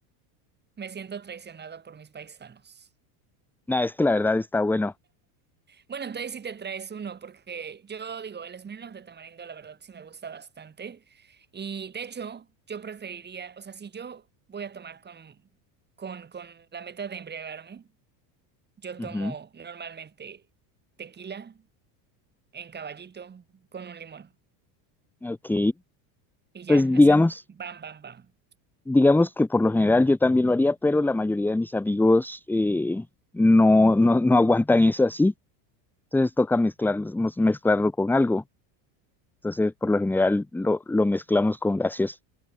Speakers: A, on the right; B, in the centre.
A: Me siento traicionada por mis paisanos.
B: Nada, es que la verdad está bueno.
A: Bueno, entonces sí te traes uno, porque yo digo, el Smirnoff de tamarindo la verdad sí me gusta bastante. Y de hecho, yo preferiría, o sea, si yo voy a tomar con, con, con la meta de embriagarme, yo tomo
B: Ujú.
A: normalmente tequila en caballito con un limón.
B: Ok,
A: Y ya,
B: pues
A: así.
B: digamos.
A: Bam, bam, bam.
B: Digamos que por lo general yo también lo haría, pero la mayoría de mis amigos eh, no, no, no aguantan eso así. Entonces toca mezclarlo, mezclarlo con algo. Entonces por lo general lo, lo mezclamos con gaseosa.